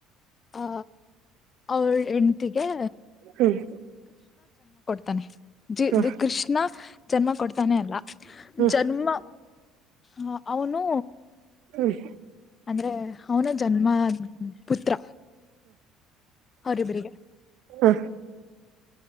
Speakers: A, on the left; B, on the right.
A: ಆ ಅವಳ ಹೆಂಡತಿಗೆ.
B: ಹ್ಮ್
A: ತಾನೆ. ಜಿ
B: ಹಾ
A: ಕೃಷ್ಣ. ಜನ್ಮ ಕೊಡ್ತಾನೆ ಅಲ್ಲ
B: ಹ್ಮ್
A: ಜನ್ಮ ಹ ಅವನು
B: ಹ್ಮ್
A: ಅಂದ್ರೆ ಅವನ ಜನ್ಮ ಪುತ್ರ ಅವರಿಬ್ಬರಿಗೆ
B: ಹ